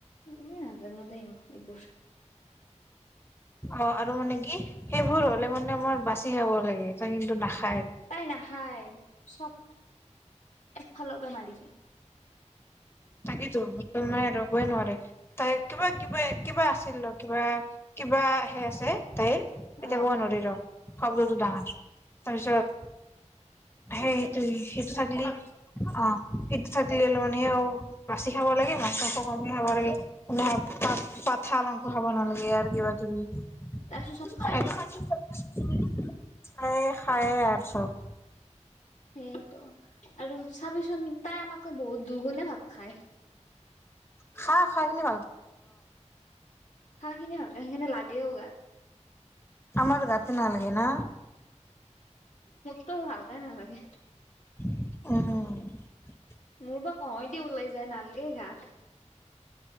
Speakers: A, on the left (about 75°); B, on the left (about 20°).
A: উ নাজানো দেই এইবোৰ।
B: অ আৰু মানে কি সেইবোৰ হলে মানে আমাৰ বাচি খাব লাগে কিন্তু নাখা
A: তাই নাখাই চব একফালৰ পৰা মাৰি যায়।
B: তাকেটো তম আৰু কবই নোৱাৰে তাই কিবা কিবা কিবা আছিল ৰ কিবা কিবা সে আছে তাইৰ এতিয়া
A: অ
B: কব নোৱাৰে ৰ কাবজ যাও অ তাপিছত হেইটো ত হেইটো থাকিলে অ সেইটো থাকিলে লনি য়ে অ বাচি খাব লাগে মাছ মাংস কমি খাব লাগে পাঠ পাঠা মাংস খাব নালাগে আৰু কিবা কিবি <unintelligible>
A: তাৰপিছত চব খায়
B: খায়ে খায় আৰু চব
A: সেইটোৱে আৰু চাবিচোন তাই আমাক বুত দ দুলে ভাত খায়
B: খা খাওক ন <unintelligible>
A: খা খিনি ভালকে সেখিনে লাগেও গাত
B: আমাৰ গাততে নালাগে ন
A: তৌ ভালকে নালাগে
B: উম
A: মোৰ বা কওঁয় দি ওলাই যায় নালগে গাত